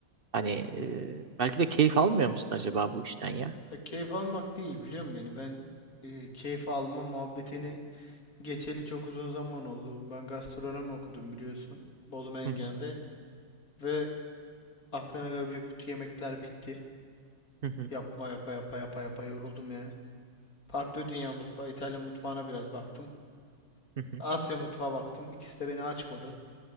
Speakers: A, on the right (about 40°); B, on the left (about 50°).
A: Hani e, belki de keyif almıyor musun acaba bu işten ya?
B: Ya keyif almak değil biliyor musun beni? Ben e, keyif alma muhabbetini geçeli çok uzun zaman oldu. Ben gastronomi okudum biliyorsun. Bolu Mengen'de.
A: Hı hı,
B: Ve aklına gelebilecek bütün yemekler bitti.
A: hı hı,
B: Yapma yapa yapa yapa yapa yoruldum yani. Farklı dünya mutfağı, İtalyan mutfağına biraz baktım.
A: hı hı.
B: Asya mutfağı baktım. İkisi de beni açmadı.